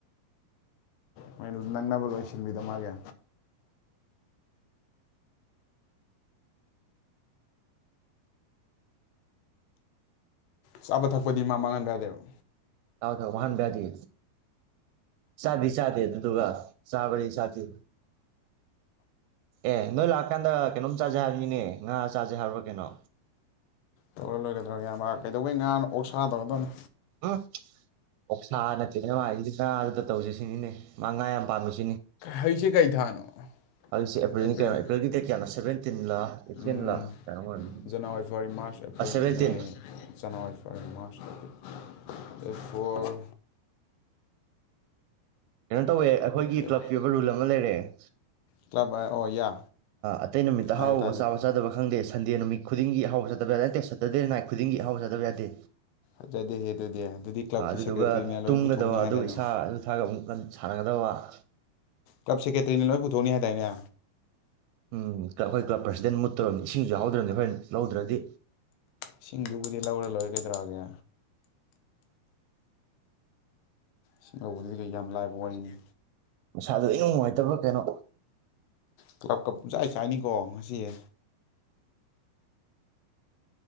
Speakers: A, on the left (about 85°); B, on the right (about 80°).
A: ꯃꯥꯏꯗꯣ ꯅꯪꯅꯕ ꯂꯣꯏꯁꯤꯕꯤꯗꯣ ꯃꯥꯒꯤ ꯆꯥꯕ ꯊꯛꯄꯗꯤ ꯃꯥ ꯃꯥꯡꯍꯟꯕ ꯌꯥꯗꯦꯕ
B: <unintelligible> ꯋꯥꯍꯟꯕ ꯌꯥꯗꯦ ꯆꯥꯗꯤ ꯆꯥꯗꯦ ꯑꯗꯨꯗꯨꯒ ꯆꯥꯕꯗꯤ ꯆꯥꯗꯦ ꯑꯦ ꯅꯣꯏ ꯂꯥꯛꯀꯥꯟꯗ ꯀꯩꯅꯣꯝ ꯆꯥꯖꯦ ꯍꯥꯏꯕꯅꯤꯅꯦ ꯉꯥ ꯆꯥꯖꯦ ꯍꯥꯏꯕ꯭ꯔꯥ ꯀꯩꯅꯣ
A: ꯇꯧꯔ ꯂꯣꯏꯔꯦꯗꯅ ꯏꯌꯥꯝꯕ ꯀꯩꯗꯧꯕꯩ ꯉꯥꯅꫭ ꯑꯣꯛ ꯁꯥ ꯇꯧꯔꯗꯧꯅꯤ
B: ꯎꯝ ꯑꯣꯛꯁꯥ ꯅꯠꯇꯦꯅꯦ ꯃꯥꯏꯁꯤꯗꯤ ꯉꯥꯗꯨꯗ ꯇꯧꯁꯦ ꯁꯤꯅꯤꯅꯦ ꯃꯥ ꯉꯥ ꯌꯥꯝ ꯄꯥꯝꯃ‌ꯦ ꯁꯤ
A: ꯍꯩꯁꯦ ꯀꯩ ꯊꯥꯅꫭ ꯑꯦꯄꯔꯤꯜ
B: ꯍꯧꯖꯤꯛꯁꯦ ꯑꯦꯄ꯭ꯔꯤꯜꯅꯤ ꯀꯩꯅꯣ ꯑꯦꯄ꯭ꯔꯤꯜꯒꯤ ꯗꯦꯠ ꯀꯌꯥꯅꯣ ꯁꯚꯦꯟꯇꯤꯟꯂ ꯑꯩꯠꯇꯤꯟꯂ
A: ꯎꯝ
B: ꯀꯌꯥꯅꯣꯝ ꯑꯣꯏꯕꯅꯤ
A: ꯖꯅꯋꯥꯔꯤ ꯐꯦꯕ꯭ꯋꯥꯔꯤ ꯃꯥꯔꯁ April
B: ꯑꯁ seventeen
A: May January February March April ꯑꯦ ꯐꫭꯔ
B: ꯀꯩꯅꯣ ꯇꯧꯋꯦ ꯑꯩꯈꯣꯏꯒꯤ
A: ꯗꯦꯠ
B: ꯀ꯭ꯂꯕꯀꯤ ꯑꯣꯏꯕ ꯔꯨꯜ ꯑꯃ ꯂꯩꯔꯦ <inaudible>
A: ꯀ꯭ꯂꯕ ꯑꯣ ꯌꯥ
B: ꯑꯇꯩ ꯅꯨꯃꯤꯠꯇ
A: ꯍꯥꯏꯌꯨ
B: ꯍꯥꯎꯕ
A: ꯇꯥꯖꯩ
B: ꯆꯥꯕ ꯆꯥꯗꯕ ꯈꯪꯗꯦ ꯁꯟꯗꯦ ꯅꯨꯃꯤꯠ ꯈꯨꯗꯤꯡꯒꯤ ꯑꯍꯥꯎ ꯆꯠꯇꯕ ꯌꯥꯗꯦ ꯅꯠꯇꯦ ꯁꯇꯔꯗꯦ ꯅꯥꯏꯠ ꯈꯨꯗꯤꯡꯒꯤ ꯑꯍꯕ ꯆꯠꯇꯕ ꯌꯥꯗꯦ
A: ꯐꯖꯗꯦꯍꯦ ꯑꯗꯨꯗꯤ ꯑꯗꯨꯗꯤ ꯀ꯭ꯂꯕꯀꯤ
B: ꯑꯗꯨꯗꯨꯒ
A: ꯁꯦꯀ꯭ꯔꯦꯇꯔꯤꯅ ꯂꯣꯏ
B: ꯇꯨꯝꯒꯗꯕ
A: ꯄꯨꯊꯣꯛꯅꯤ ꯍꯥꯏꯗꯥꯏꯅꯦ
B: ꯑꯗꯨꯒ ꯏꯁꯥ ꯊꯥꯒ ꯑꯃꯨꯛꯀ ꯁꯥꯟꯅꯒꯗꯕ <inaudible>
A: ꯀ꯭ꯂꯕ ꯁꯦꯀ꯭ꯔꯦꯇꯔꯤꯅ ꯂꯣꯏ ꯄꯨꯊꯣꯛꯅꯤ ꯍꯥꯏꯗꯥꯅꯦ
B: ꯎꯝ ꯑꯩꯈꯣꯏ ꯀ꯭ꯂꯕ ꯄ꯭ꯔꯁꯤꯗꯦꯟ ꯃꯨꯠꯇꯧꯔꯕꯅꯤ ꯏꯁꯤꯡꯁꯨ ꯌꯥꯎꯗ꯭ꯔꯕꯅꯤ ꯑꯩꯈꯣꯏꯅ ꯂꯧꯗ꯭ꯔꯗꯤ
A: ꯏꯁꯤꯡꯗꯨꯕꯨꯗꯤ ꯂꯧꯔꯥ ꯂꯣꯏꯔꯦ ꯀꯩꯗꯩꯔꯒꯦ꯫ ꯁꯤꯡ ꯂꯧꯕꯗꯨꯗꯤ ꯀꯩ ꯌꯥꯝ ꯂꯥꯏꯕ ꯋꯥꯔꯤꯅꯤ
B: ꯃꯁꯥꯗꯨꯗ ꯑꯩꯩꯅ ꯅꯨꯡꯉꯥꯏꯇꯕ꯭ꯔꯥ ꯀꯩꯅꯣ
A: ꯀ꯭ꯂꯕ ꯀ ꯆꯥꯏ ꯆꯥꯏꯅꯤꯀꯣ ꯉꯁꯤꯦ